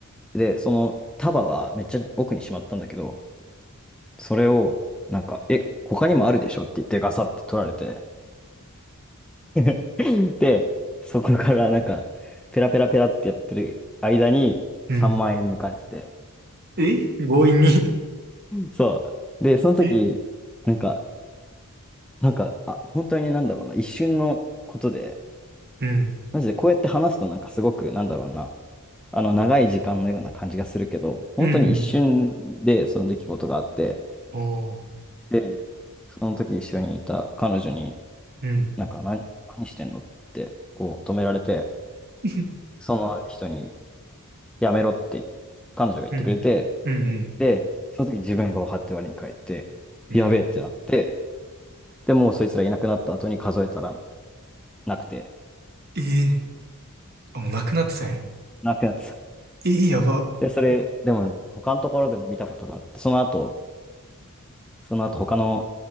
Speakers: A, in the centre; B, on the right.
A: で、その束はめっちゃ奥にしまったんだけど、それを、なんか、え、他にもあるでしょって言ってガサって取られて、<laughs> で、そこからなんか、ペラペラペラってやってる間に3万円抜かれてて、
B: うんえ強引に
A: そう。で、その時、
B: <laughs> え
A: なんか、なんか、あ、本当になんだろうな、一瞬のことで、
B: うん、
A: マジでこうやって話すとなんかすごく、なんだろうな、あの、長い時間のような感じがするけど、本当に一瞬でその出来事があって、
B: うん、うん。ああ、
A: で、その時一緒にいた彼女に、
B: うん。
A: なんか、何、何してんのって、こう、止められて、
B: <laughs>
A: その人にやめろって彼女が言ってくれて、
B: うん、うん、うん、
A: で、その時自分が張って割に帰って、
B: うん。
A: やべえってなって、でもうそいつらいなくなった後に数えたらなくて、
B: ええあ、もうなくなってたんや
A: なくなってた。
B: ええ、やば。
A: で、それ、でも他のところでも見たことがあって、その後、その後他の、